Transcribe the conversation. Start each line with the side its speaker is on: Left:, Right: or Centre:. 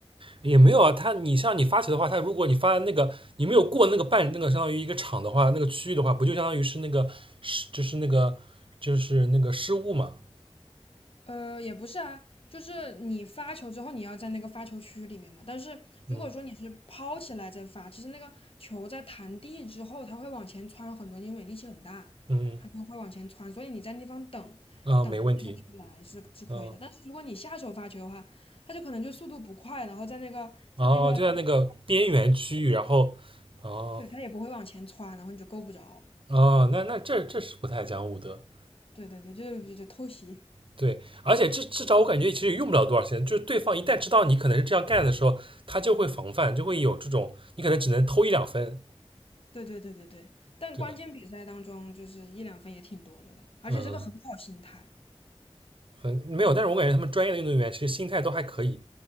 Right: 也没有啊，他你像你发球的话，他如果你发的那个你没有过那个半那个相当于一个场的话，那个区域的话，不就相当于是那个失就是那个就是那个失误嘛？
Left: 呃，也不是啊，就是你发球之后，你要在那个发球区里面嘛。但是如果说你是抛起来再发，
Right: 嗯
Left: 其实那个球在弹地之后，它会往前窜很多，因为力气很大，
Right: 嗯
Left: 它就会往前窜。所以你在那地方等等那个球来是是可以的。
Right: 啊，没问题，嗯
Left: 但是如果你下手发球的话，它就可能就速度不快，然后在那个在那个，
Right: 哦，就在那个边缘区域，然后哦
Left: 对，它也不会往前窜，然后你就够不着。
Right: 哦，那那这这是不太讲武德，
Left: 对对对，就是就就偷袭。
Right: 对，而且至至少我感觉其实也用不了多少钱，就是对方一旦知道你可能是这样干的时候，他就会防范，就会有这种你可能只能偷一两分，
Left: 对对对对对，但关键比赛当中就是一两分也挺多的了，
Right: 对吧？
Left: 而且这个很好心态。
Right: 嗯很没有，但是我感觉他们专业的运动员其实心态都还可以，